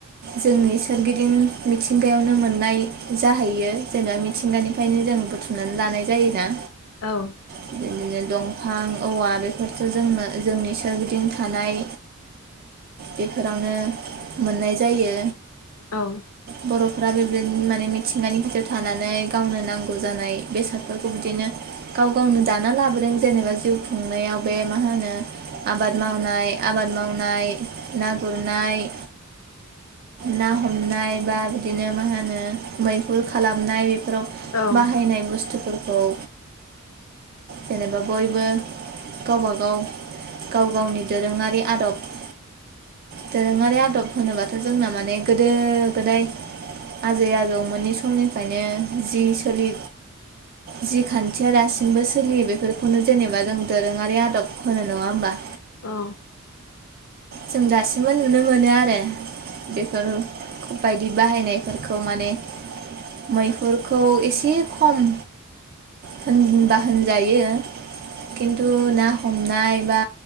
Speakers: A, on the right (about 45°); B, on the left (about 75°).
A: जोंनि सोरगिदिं मिथिंगायावनो मोननाय जाहैयो जेनेबा मिथिंगानिफ्रायनो जों बुथुमनानै लानाय जायोना।
B: औ
A: <unintelligible> जेरै दंफां औवा बेफोरथ' जोंनो जोंनि सोरगिदिं थानाय बेफोरावनो मोननाय जायो।
B: औ।
A: बर'फ्रा बेबायदिनो माने मिथिंगानि खाथियाव थानानै गावनो नांगौ जानाय बेसादफोरखौ बिदिनोओ गाव गावनो दाना लाबोदों जेनेबा जिउ खुंनायाव बे मा होनो आबाद-मावनाय आबाद मावनाय ना गुरनाय ना हमनाय बा बिदिनो मा होनो मैहुर खालामनाय बेफोराव।
B: औ औ
A: बाहायनाय बुस्थुफोरखौओ जेनेबा बयबो गावबागावो गाव गावनि दोरोङारि आदबबो दोरोङारि आदब होनोबाथ' जोंना माने गोदो गोदाय आजै-आजौ मोनै समनिफ्रायनो जि सोलि जि खान्थिया दासिमबो सोलियो बेफोरखौनो जेनेबा जों दोरोङारि आदब होनो नङा होमबा?
B: औ।
A: जों दासिमबो नुनो मोनो आरो। बेफोरबायदि बाहायनायफोरखौ माने मैहुरखौ एसे खम होनबा होनजायो। खिन्थु ना हमनाय बा